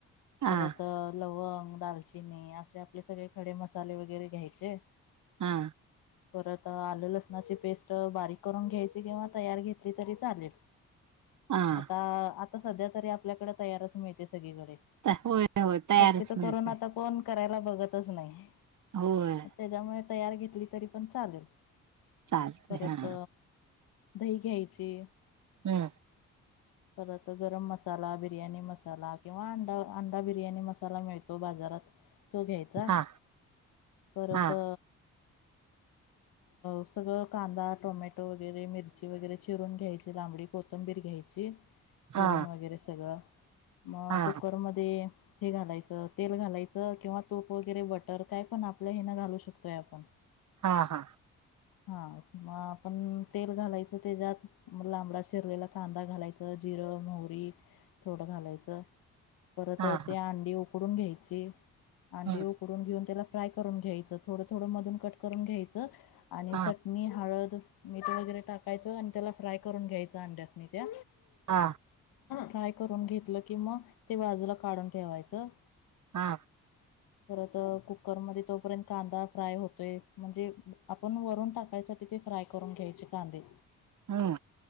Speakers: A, on the right (about 55°); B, on the left (about 70°).
A: हा
B: परत लवंग दाल नाही असे आपले सगळे खडे मसाले वगैरे घ्यायचे.
A: हा.
B: परत आलू लसणाची पेस्ट बारीक करून घ्यायची किंवा तयार घेतली तरी चालेल.
A: हा
B: आता आता सध्या तरी आपल्याकडे तयारच माहती. सगळीकडे
A: होय होय तयारच
B: शक्यत
A: मिळते
B: करून आता कोण करायला बघतच नाही.
A: होय.
B: त्याच्यामुळे तयार घेतली तरी पण चालेल.
A: चालते
B: परत
A: हा.
B: दही घ्यायचे.
A: हम्म.
B: ह. परत गरम मसाला बिर्याणी मसाला किंवा अंडा अंडा बिर्याणी मसाला मिळतो बाजारात तो घ्यायचा
A: हा
B: परत
A: हा
B: अ सगळं कांदा टोमॅटो वगैरे मिरची वगैरे चिरून घ्यायची लांबडी कोथंबीर घ्यायची.
A: हा
B: चिरून वगैरे सगळं. मग
A: हा
B: कुकरमध्ये हे घालायचं तेल घालायचं. किंवा तूप वगैरे बटर काय पण आपल्या हिन घालू शकतोय आपण
A: हा हा.
B: हा मग आपण तेल घालायचं त्याच्यात लांबडा शिरलेला कांदा घालायच. जीरो महरी थोडं घालायचं परत
A: हा हा
B: ते अंडी उकडून घ्यायची. अंडी
A: हम्म,
B: उकडून घेऊन त्याला फ्राय करून घ्यायचं थोडं थोडं मधून कट करून घ्यायचं. आणि
A: हा
B: चटणी हळद मीठ वगैरे टाकायचं आणि त्याला फ्राय करून घ्यायचं अंड्यासनी त्या
A: हा
B: फ्राय करून घेतलं कि मग ते बाजूला काढून ठेवायचं.
A: हा.
B: परत कुकर मध्ये तोपर्यंत कांदा फ्राय होतोय म्हणजे आपण वरून टाकायच. साठी ते फ्राय करून घ्यायचे कांदे
A: हम्म